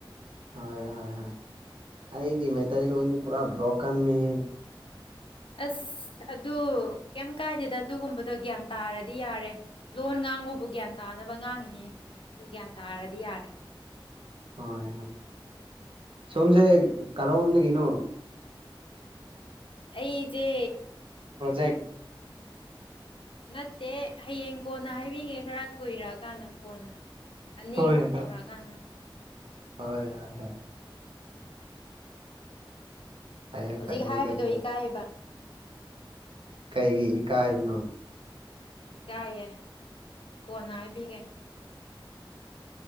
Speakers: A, on the right; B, on the left.
A: ꯍꯣꯏ ꯍꯣꯏ ꯍꯣꯏ ꯑꯩꯒꯤ ꯃꯩꯇꯩꯂꯣꯟꯣꯟꯗꯤ ꯄꯨꯔꯥ ꯕ꯭ꯔꯣꯀꯟꯅꯤ <unintelligible>
B: ꯑꯁ ꯑꯗꯨ ꯀꯩꯝ ꯀꯥꯏꯗꯦꯗ ꯑꯗꯨꯒꯨꯝꯕꯗꯣ ꯒ꯭ꯌꯥꯟ ꯇꯥꯔꯗꯤ ꯌꯥꯔꯦ ꯂꯣꯟ ꯉꯥꯡꯕꯨ ꯑꯗꯨꯕꯨ ꯒ꯭ꯌꯥꯟ ꯇꯥꯅꯕ ꯉꯥꯡꯉꯤꯅꯦ ꯑꯗꯨ ꯒ꯭ꯌꯥꯟ ꯇꯥꯔꯗꯤ ꯌꯥꯔꯦ
A: ꯍꯣꯏ ꯁꯣꯝꯁꯦ ꯀꯔ‌ꯣꯝꯗꯒꯤ ꯀꯩꯅꯣ
B: ꯑꯩꯁꯦ
A: ꯄ꯭ꯔꯣꯖꯦꯛ
B: ꯅꯠꯇꯦ ꯍꯌꯦꯡ ꯀꯣꯟꯅ ꯍꯥꯏꯕꯤꯒꯦ ꯈꯔ ꯀꯨꯏꯔꯛꯑꯀꯥꯟꯗ ꯐꯣꯟ ꯑꯅꯤ
A: ꯍꯣꯏ
B: ꯑꯍꯨꯝ
A: ꯍꯣꯏ
B: ꯇꯧꯔꯛꯑꯀꯥꯟꯗ
A: ꯍꯣꯏ ꯍꯣꯏ ꯍꯣꯏ ꯐꯩꯌꯦ
B: ꯍꯧꯖꯤꯛ
A: ꯐꯩꯌꯦ
B: ꯍꯥꯏꯕꯗꯣ
A: ꯑꯗꯨꯁꯨ
B: ꯏꯀꯥꯏꯌꯦꯕ
A: ꯀꯩꯒꯤ ꯏꯀꯥꯏꯕꯅꯣ
B: ꯏꯀꯥꯏꯌꯦ ꯀꯣꯟꯅ ꯍꯥꯏꯕꯤꯒꯦ